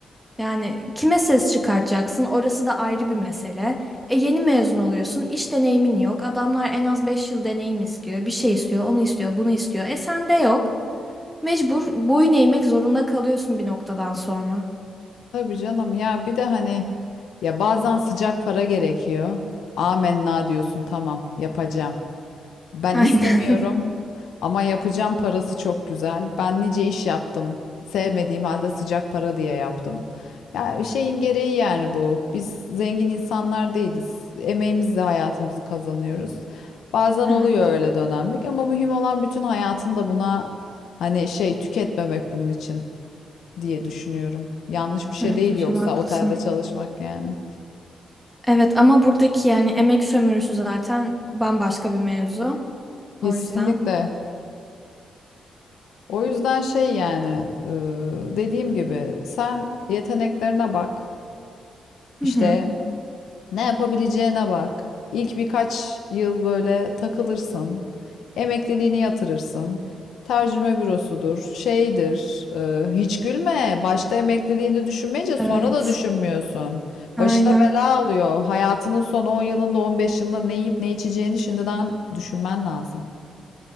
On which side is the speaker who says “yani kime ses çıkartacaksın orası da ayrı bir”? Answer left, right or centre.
Centre